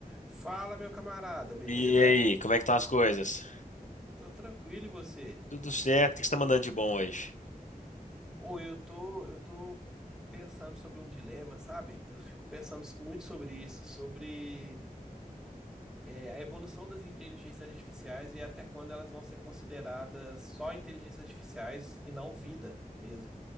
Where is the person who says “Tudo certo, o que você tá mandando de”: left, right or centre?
Left